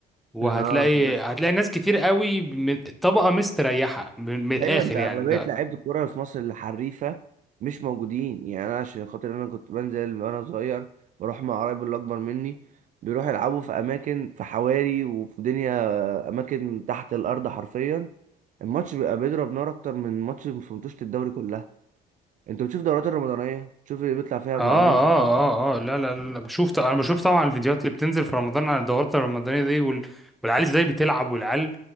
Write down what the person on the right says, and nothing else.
اه بس
ايوه انت
اغلبيه لعيبه الكوره في مصر الحريفه مش موجودين يعني انا عشان خاطر انا كنت بنزل من وانا صغير بروح مع قرايبي اللي اكبر مني بيروحوا يلعبوا في اماكن في حواري وفي دنيا اماكن تحت الارض حرفيا الماتش بيبقى بيضرب نار اكتر من ماتش في ماتشات الدوري كلها انت بتشوف الدورات الرمضانيه تشوف اللي بيطلع فيها
عاملين ازاي